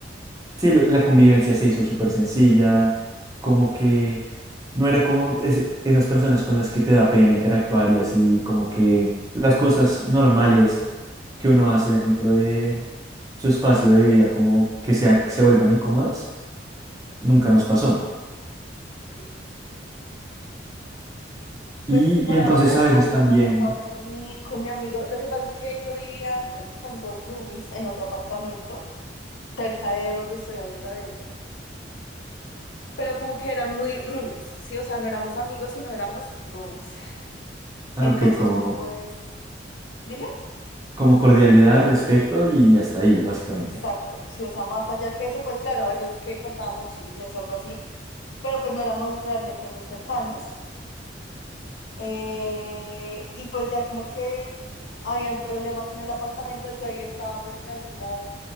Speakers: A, on the right; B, on the left.
A: Sí, la la convivencia se hizo súper sencilla, como que no era como es- esas personas con las que te da pena interactuar y así, como que las cosas normales que uno hace dentro de su espacio de vida, como que, sea, que se vuelvan incómodas, nunca nos pasó.
B: Sí.
A: Y,
B: Pues por
A: y entonces
B: ahora
A: a veces
B: a mí
A: también,
B: no me ha pasado con mi, con mi amigo. Lo que pasa es que yo vivía antes con dos roomies en otro apartamento, cerca de donde estoy ahorita, de hecho. Pero como que eran muy roomies, ¿sí? O sea, no éramos amigos, sino éramos roomies.
A: ah,
B: Entonces,
A: ok, como,
B: pues, dime.
A: como cordialidad, respeto y hasta ahí, básicamente.
B: Exacto, sí, o sea, más allá que eso, pues claro, a veces que contábamos chismes o algo así, pero pues no éramos realmente muy cercanos. Eh, y pues ya como que habían problemas en el apartamento, yo ahí estaba prácticamente como,